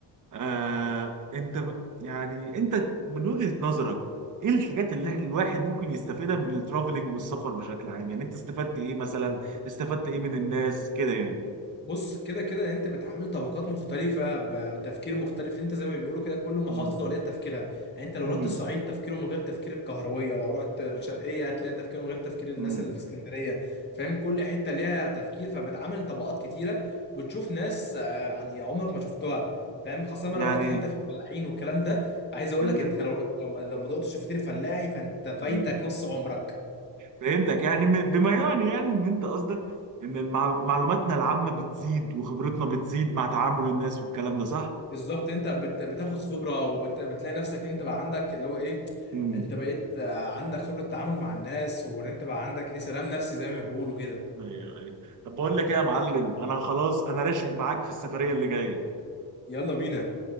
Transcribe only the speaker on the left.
مم.
بص كده كده انت بتعامل طبقات مختلفة ب- بتفكير مختلف انت زي ما بيقولوا كده كل محافظة
وليها تفكيرها يعني انت لو
رحت الصعيد تفكيره من غير تفكير الكهروية لو رحت الشرقية هتلاقي تفكير من غير تفكير الناس
اللي في اسكندرية فاهم كل حتة ليها تفكير فبتعامل طبقات كتيرة بتشوف ناس آه، يعني عمرك ما شفتها فاهم خاصة بقى
لو رحت حتة في الفلاحين والكلام ده عايز اقول
لك انت لو لو ما لو ما دقتش فطير فلاحي فانت
فايتك نص عمرك
بالظبط انت بت... بتاخد خبره وبتلاقي نفسك ان انت بقى عندك اللي هو ايه
انت بقيت آه، عندك خبره تعامل مع الناس وان انت بقى عندك ايه سلام نفسي زي ما بيقولوا كده
يلا بينا